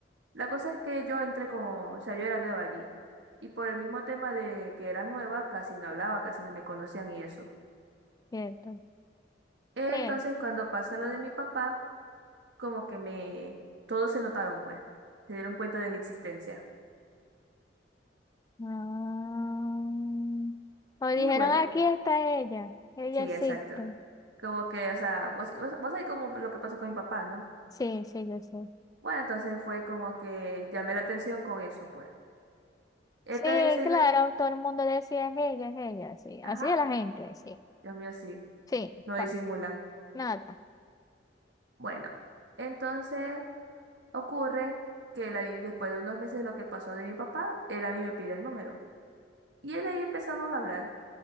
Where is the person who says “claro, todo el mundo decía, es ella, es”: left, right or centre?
Left